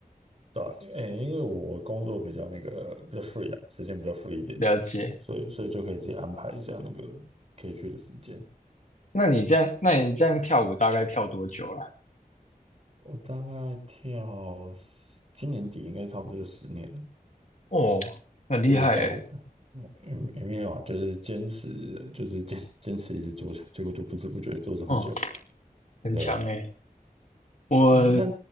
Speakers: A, on the right; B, on the left.
A: 对啊，诶，因为我工作比较那个比较 free 啊，时间比较 free 一点，
B: <laughs> 了解。
A: 所以所以就可以自己安排一下那个可以去的时间。
B: 那你这样，那你这样跳舞大概跳多久了？
A: 我大概跳十今年底应该差不多就十年了，
B: 哦，很厉害诶，
A: 对，大概的，嗯也也没有啊，就是坚持，就是坚坚持一直做，结果就不知不觉做这么久。
B: 哦，很强诶。
A: 对啊，
B: 我，
A: 哎，那